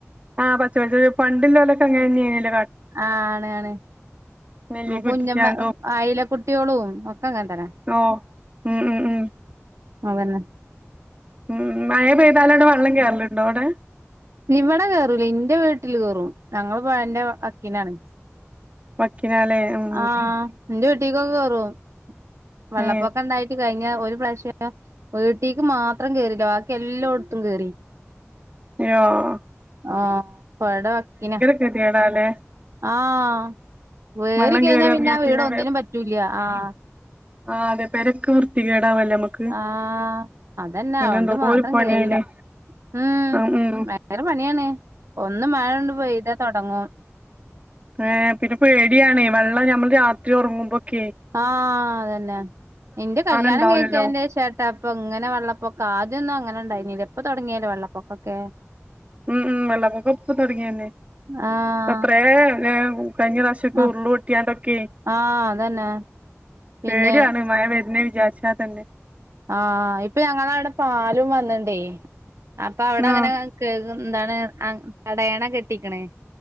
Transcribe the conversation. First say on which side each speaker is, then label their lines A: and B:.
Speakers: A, on the right (about 30°); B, on the right (about 70°).
A: ആഹ് പച്ച വെളിച്ചെണ്ണ പണ്ടില്ലോലൊക്കെ അങ്ങനെന്ന്യേനല്ലോ.
B: ആഹ് ആണ് ആണ്.
A: നെല്ലിക്ക
B: കുഞ്ഞമ്മ
A: ഉറ്റിച്ചാണ്ടും
B: ആയില കുട്ട്യോളും ഒക്കങ്ങൻത്തന്നാ.
A: ഓഹ്. ഉം ഉം ഉം.
B: അതെന്നെ.
A: ഉം മഴ പെയ്താലാണ്ട് വെള്ളം കേറല്ണ്ടോ അവ്ടേ?
B: ഇവടെ കേറൂല ഇന്റെ വീട്ടില് കേറും. ഞങ്ങള് പൊയന്റെ വക്കിനാണ്
A: വക്കിനാലേ ഉം
B: ആഹ്. ന്റെ വീട്ടീക്കും കേറും, വെള്ളപ്പൊക്കെണ്ടായി
A: ഏ
B: കഴിഞ്ഞ ഒര് പ്രാവശ്യം വീട്ടീക്ക് മാത്രം കേറീല ബാക്കി എല്ലോട്ത്തും കേറി.
A: യാഹ്‌
B: ആഹ് പൊയട വക്കിനാ
A: ഗതികേടാല്ലേ
B: ആഹ്. വേറി
A: വെള്ളം
B: കഴിഞ്ഞാ
A: കേറി ഇറങ്ങിയാ
B: പിന്നാ വീടൊന്നിനും
A: പിന്നെ
B: പറ്റൂല്ല്യ ആഹ്.
A: ആഹ് പെരെക്കെ വൃത്തി കേടാവല്ലേ അമ്മക്ക്
B: ആഹ് അതന്നെ അവോണ്ട്
A: എന്തോരു
B: മാത്രം
A: പണിയായില്ലേ
B: കേറീല ഉം
A: ആ ഉം
B: ഭയങ്കെരെ പണ്യാണ് ഒന്ന് മാഴൊണ്ട് പെയ്താ തൊടങ്ങും
A: ഏഹ് പിന്നെ പേട്യാണേ വെള്ളം ഞമ്മൾ രാത്രി ഒറങ്ങുമ്പോക്ക്യേ
B: ആഹ് അതന്നെ ഇന്റെ കല്യാണം
A: ഉണ്ടാവൂലല്ലോ
B: കഴിച്ചേന്റേഷാട്ടാേ പ്പൊങ്ങനെ വെള്ളപ്പൊക്കം ആദ്യൊന്നും അങ്ങനെണ്ടായിന്നീല ഇപ്പൊ തൊടങ്ങിയല്ലേ വെള്ളപ്പൊക്കൊക്കെ.
A: ഉം ഉം വെള്ളപ്പൊക്കം ഇപ്പ തൊടങ്ങിയനീ
B: ആഹ്
A: എത്രേ ലേ കഴിഞ്ഞറാശ്യം ക്കെ
B: ആഹ്
A: ഉര്ള് പൊട്ടിയാണ്ടൊക്കേയ്
B: ആഹ് അതന്നെ പിന്നെ
A: പേട്യാണ് മഴ ന്നെ വിജാര്ച്ചാ തന്നെ.
B: ആഹ് ഇപ്പ ഞങ്ങളാവ്ടെ പാലും വന്ന്ണ്ടേ അപ്പൊ അവ്ടങ്ങനെ
A: ആ
B: കേക് എന്താണ് തടയണ കെട്ടീക്ക്ണേ